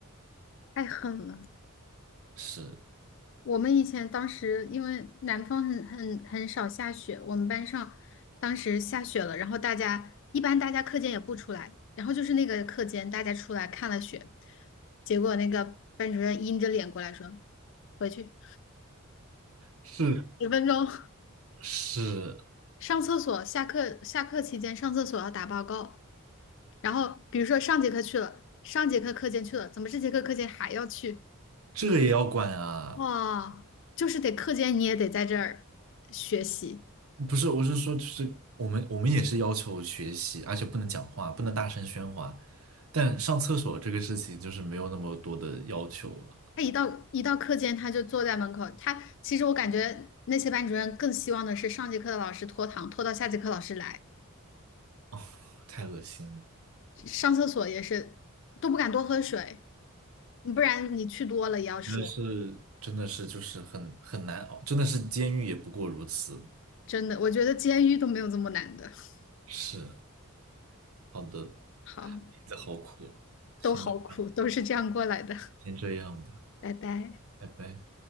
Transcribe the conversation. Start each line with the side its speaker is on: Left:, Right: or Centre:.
Left: 太狠了。
Right: 是
Left: 我们以前当时因为南方很很很少下雪，我们班上当时下雪了，然后大家一般大家课间也不出来，然后就是那个课间大家出来看了雪，结果那个班主任阴着脸过来说，回去
Right: 是
Left: 十分钟
Right: 是，
Left: <laughs> 上厕所，下课下课期间上厕所要打报告，然后比如说上节课去了，上节课课间去了，怎么这节课课间还要去？
Right: 这也要管啊。
Left: 哇，就是得课间你也得在这儿学习。
Right: 不是，我是说，就是我们我们也是要求学习，而且不能讲话，不能大声喧哗。但上厕所这个事情就是没有那么多的要求了。
Left: 他一到一到课间，他就坐在门口。他其实我感觉那些班主任更希望的是上节课的老师拖堂，拖到下节课老师来。
Right: <laughs> 哦，太恶心了，
Left: 上厕所也是都不敢多喝水，不然你去多了也要说。
Right: 真的是真的是就是很很难熬，真的是监狱也不过如此。
Left: 真的，我觉得监狱都没有这么难的。<laughs>
Right: 是，好的，
Left: 好，
Right: 日子好苦啊，先这样，
Left: 都好苦，都是这样过来的。
Right: 先这样吧，
Left: <laughs> 拜拜。
Right: 拜拜。